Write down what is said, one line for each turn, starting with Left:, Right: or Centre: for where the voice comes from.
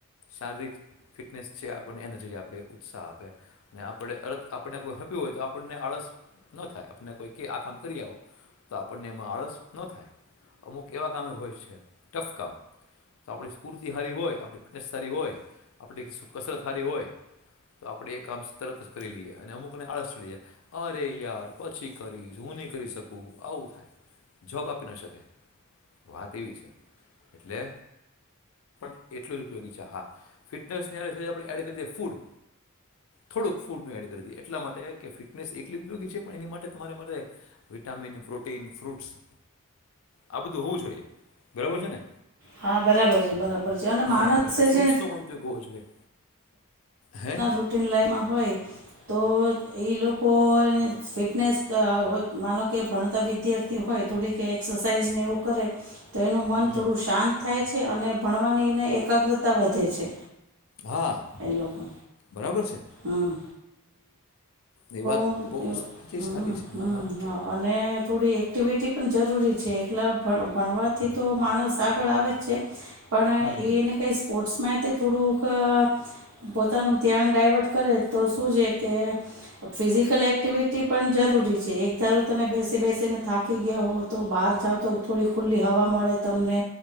Left: શારીરિક ફિટનેસ છે આપણને એનર્જી આપે ઉત્સાહ આપે અને આપણે અ આપને કોઈ હેપ્પી હોય તો આપણને આળસ ન થાય આપને કોઈ આ કામ કરી આવો. તો આપણને એમાં આળસ ન થાય અમુક એવા કામ હોય છે ટફ કામ તો આપણી સ્ફૂર્તિ સારી હોય આપણી ફિટનેસ સારી હોય આપણી શું કસરત સારી હોય તો આપણે એ કામ તરત જ કરી લઈએ અને અમુકને આળસ ચડી જાય અરે યાર પછી કરી હુ ની કરી શકું આવું થાય જબ આપી ના શકે વાત એવી છે એટલે પણ એટલું જ ઉપયોગી છે હા ફિટનેસ આપણે એડ કરી દ ફૂડ થોડુંક ફૂડ ન એડ કરી દ એટલા માટે કે ફિટનેસ એટલી ઉપયોગી છે પણ એની માટે તમારે માટે વિટામિન, પ્રોટીન, ફ્રૂટ્સ આ બધું હોવું જોઈએ બરોબર છે ને.
Right: હા, બરાબર છે, બરાબર છે. છે અને માણસે
Left: હા એટલે
Right: સે
Left: ફ્રૂટ્સનો
Right: જે
Left: પણ ઉપયોગ હોવો જોઈએ હે
Right: રૂટિન લાઇન હોય તો ઈ લોકોને ફિટનેસ ક માનો કે ભણતા વિદ્યાર્થી હોય થોડી કે એક્સરસાઇઝ ને એવું કરે. તો એનું મન
Left: હમ
Right: થોડું શાંત થાય છે અને ભણવાનીને એકાગ્રતા વધે છે.
Left: હા
Right: એ લોકો,
Left: બરાબર છે
Right: હમ્મ.
Left: એ વાત
Right: હમ
Left: બવ હજી સારી છે
Right: હમ
Left: હા હા.
Right: અને થોડી એક્ટિવિટી પણ જરૂરી છે એકલા ભણ ભણવાથી તો માણસ આ બળા બચ્ચે પણ
Left: હમ
Right: એને કંઈ સ્પોર્ટ્સ મા તે થોડુંક અ પોતાનું ધ્યાન ડાયવર્ટ કરે તો શું છે કે ફિઝિકલ એક્ટિવિટી પણ જરૂરી છે. એક ધારો તમે બેસી બેસીને થાકી ગયા હો તો બહાર જાઓ તો થોડી ખુલ્લી હવા મળે તમને